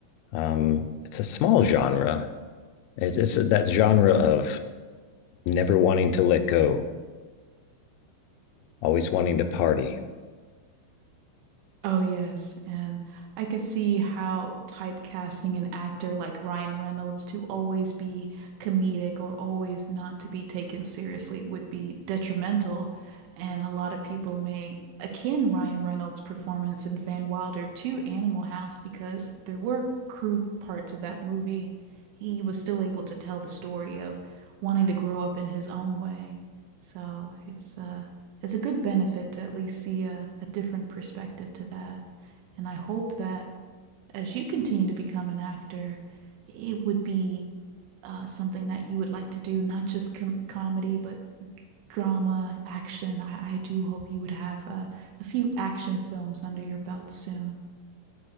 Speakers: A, on the left; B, on the right.
A: um it's a small genre. It, it's that genre of never wanting to let go, always wanting to party.
B: Oh, yes. And I could see how typecasting an actor like Ryan Reynolds to always be comedic or always not to be taken seriously would be detrimental. And a lot of people may akin Ryan Reynolds' performance in Van Wilder to Animal House because there were crude parts of that movie. He was still able to tell the story of wanting to grow up in his own way. So it's uh it's a good benefit to at least see a, a different perspective to that. And I hope that as you continue to become an actor, it would be uh, something that you would like to do, not just com- comedy, but drama, action. I, I do hope you would have uh, a few action films under your belt soon.